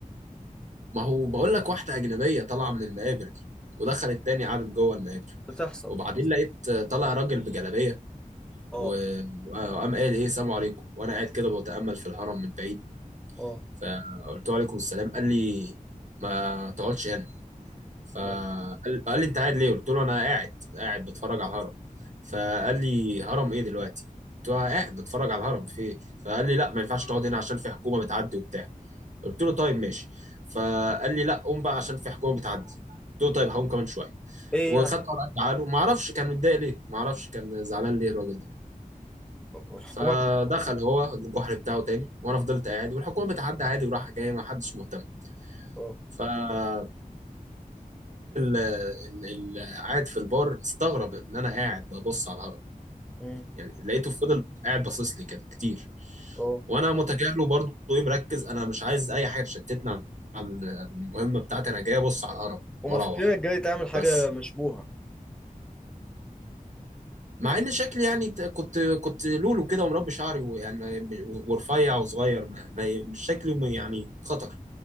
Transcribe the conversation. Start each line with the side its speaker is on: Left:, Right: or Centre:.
Right: ما هو بقول لك واحدة أجنبية طالعة من المقابر دي ودخلت تاني قعدت جوه المقابر
Centre: بتحصل
Right: وبعدين
Centre: بتحصل
Right: لقيت طالع راجل بجلابية
Centre: اه
Right: و- وقام قال إيه السلام عليكم وأنا قاعد كده بتأمل في الهرم من بعيد
Centre: اه
Right: فقلت له عليكم السلام قال لي ما تقعدش هنا فقال
Centre: اه
Right: قال لي أنت قاعد ليه؟ قلت له أنا قاعد قاعد بتفرج على الهرم فقال لي هرم إيه دلوقتي؟ قلت له أنا قاعد بتفرج على الهرم في إيه؟ فقال لي لا ما ينفعش تقعد هنا عشان في حكومة بتعدي وبتاع قلت له طيب ماشي فقال لي لا قوم بقى عشان في حكومه بتعدي قلت له طيب هقوم كمان شويه
Centre: ايه
Right: وخدت
Centre: يعني
Right: ورقه عاله ما اعرفش كان متضايق ليه ما اعرفش كان زعلان ليه الراجل ده
Centre: الحكومة
Right: فدخل هو الجحر بتاعه تاني وانا فضلت قاعد والحكومه بتعدي عادي وراح جاي ما حدش مهتم
Centre: اه
Right: فالراجل اللي قاعد في البار استغرب ان انا قاعد ببص على الهرم
Centre: مم.
Right: يعني لقيته فضل قاعد باصص لي كده كتير
Centre: اه
Right: وانا متجاهله برضه ايه مركز انا مش عايز اي حاجه تشتتني عن المهمه بتاعتي انا جاي ابص على الهرم
Centre: هما
Right: واروح
Centre: فاكرينك جاي تعمل حاجة
Right: بس
Centre: مشبوهة
Right: مع ان شكلي يعني ت- كنت كنت لولو كده ومربي شعري ويعني ما- ورفيع وصغير ما ما- مش شكلي ما- يعني خطر